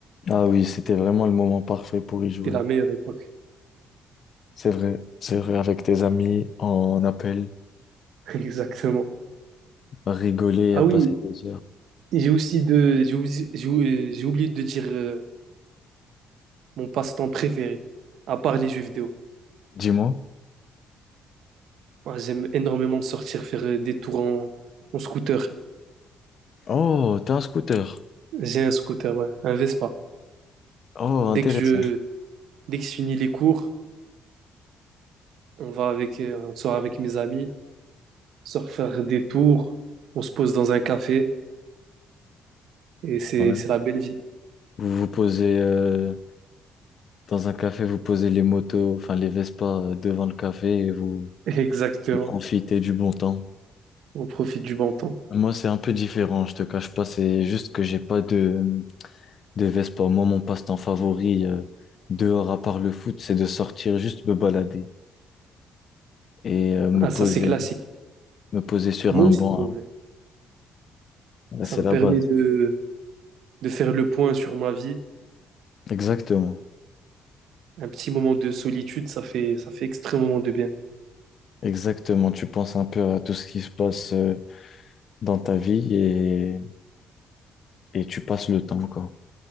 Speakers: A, on the left (about 55°); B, on the right (about 75°).
A: Ah oui, c'était vraiment le moment parfait pour y jouer.
B: C'était la meilleure époque.
A: C'est vrai, c'est vrai, avec tes amis, en appel,
B: <laughs> Exactement.
A: à rigoler et
B: Ah
A: à passer
B: oui,
A: des heures.
B: j'ai aussi de, j'ai oublié j'ai ou- euh, j'ai oublié de dire euh, mon passe-temps préféré, à part les jeux vidéo.
A: Dis-moi.
B: Moi, j'aime énormément sortir faire euh, des tours en, en scooter.
A: Oh, t'as un scooter.
B: J'ai un scooter, ouais, un Vespa.
A: Oh,
B: Dès
A: intéressant.
B: que je, dès que je finis les cours, on va avec, euh, on sort avec mes amis, on sort faire des tours, on se pose dans un café et c'est,
A: Ouais.
B: c'est la belle vie.
A: Vous vous posez euh, dans un café, vous posez les motos, enfin les Vespa euh, devant le café et vous,
B: <laughs> Exactement.
A: vous profitez du bon temps.
B: On profite du bon temps.
A: Moi, c'est un peu différent, je te cache pas, c'est juste que j'ai pas de devait sport. Moi, mon passe-temps favori euh, dehors à part le foot, c'est de sortir juste me balader et euh, me
B: Ah,
A: poser,
B: ça, c'est classique.
A: me poser sur
B: Moi
A: un
B: aussi,
A: banc.
B: en vrai.
A: hein.
B: Ça
A: C'est
B: me
A: la
B: permet
A: base.
B: de, de faire le point sur ma vie
A: Exactement.
B: Un petit moment de solitude, ça fait, ça fait extrêmement de bien.
A: Exactement. Tu penses un peu à tout ce qui se passe euh, dans ta vie et, et tu passes le temps, quoi.